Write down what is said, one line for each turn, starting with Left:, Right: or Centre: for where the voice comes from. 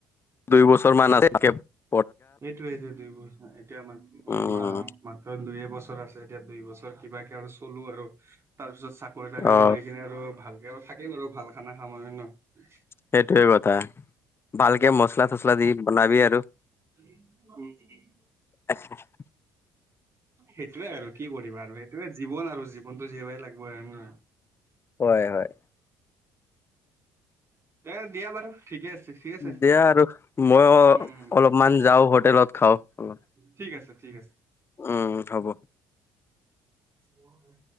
Left: দুই বছৰ মান <unintelligible>
Right: এইটোৱেইতো দুইবছৰ এতিয়া আ
Left: উম
Right: মা মাত্ৰ দুই এবছৰ আছে এতিয়া দুই বছৰ কিবাকে আৰু চলো আৰু তাৰপিছত তা চাকৰি তাকৰি
Left: অ
Right: লৈ কিনে আৰু ভালকে থাকিম আৰু ভাল খানা খাম মানে ন'।
Left: সেইটোৱে কথা ভালকে মচলা চচলা দি বনাবি আৰু।
Right: উম উম।
Left: <unintelligible>
Right: সেইটোয়ে আৰু কি কৰিবা আৰু সেইটোয়ে জীৱন আৰু জীৱনটো জীয়াবই লাগিব আৰু ন
Left: হয় হয়।
Right: এ দিয়া বাৰু ঠিকে আছে। ঠিক আছে
Left: দিয়া আৰু মইয়ো
Right: উম উম
Left: অলপমান যাওঁ হোটেলত খাও অলপ।
Right: ঠিক আছে ঠিক আছে।
Left: উম হব।
Right: অ হয়।